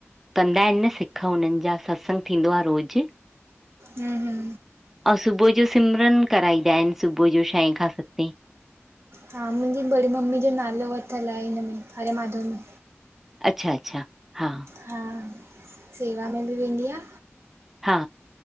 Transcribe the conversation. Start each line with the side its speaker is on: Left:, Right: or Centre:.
Centre: कंदा आहिनि न सिख हुननि जा सत्संग थींदो आहे रोज़ु
Right: हूं हूं
Centre: ऐं सुबुह जो सिमरन कराईॾा आहिनि सुबुह जो छहें खां सतें
Right: हा मुंहिंजी बड़ी मम्मी जो नालो वठलु आहे हिन में हरे माधव में
Centre: अच्छा अच्छा हा
Right: हा सेवा में बि वेंदीयां
Centre: हा